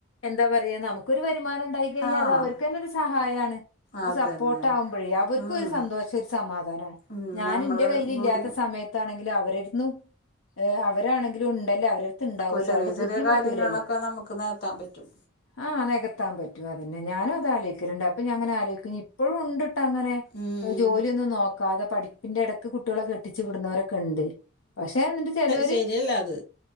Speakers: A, on the left; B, on the left.
A: എന്താ പറിയാ നമുക്കൊരു വെരുമാനണ്ടായി കഴിഞ്ഞാ
B: ആഹ്
A: അതവര്ക്കെന്നൊരു സഹായാണ്. ഒരു
B: അതന്നെ
A: സപ്പോർട്ടാവുമ്പഴേ അവർക്കും
B: ഉം
A: ഒരു സന്തോഷം ഒരു സമാധാനാണ്.
B: ഉം
A: ഞാനിന്റെ
B: നമ്മള്
A: കയ്യിലില്ല്യാത്ത
B: കൂടി
A: സമയത്താണെങ്കിലും അവരിട്ത്ത്ന്നും ഏഹ് അവരാണെങ്കിലും ഇണ്ട് ണ്ടല്ലേ അവരട്ത്ത് ഇണ്ടാവൊല്ലോ
B: കു ചെറിയ
A: അതോണ്ട് ബുദ്ധിമുട്ടൂലല്ലോ
B: ചെറിയ കാര്യങ്ങളൊക്കെ നമുക്ക് നികത്താൻ പറ്റും
A: ആഹ് നെകത്താം പറ്റും അതന്നെ ഞാനും അത് ആലോയ്ക്കല്ണ്ട് അപ്പഞാങ്ങെനെ ആലോയ്ക്കും ഇപ്പഴുണ്ട് ട്ടങ്ങനെ
B: ഉം
A: ജോലിയൊന്നും നോക്കാതെ പഠി പ്പിന്റെ എടക്ക് കുട്യോളെ കെട്ടിച്ച് വിട്ണോരെക്കെണ്ട് പക്ഷെ എന്ന്ട്ട് ചെലോ
B: ശെരിയല്ലത്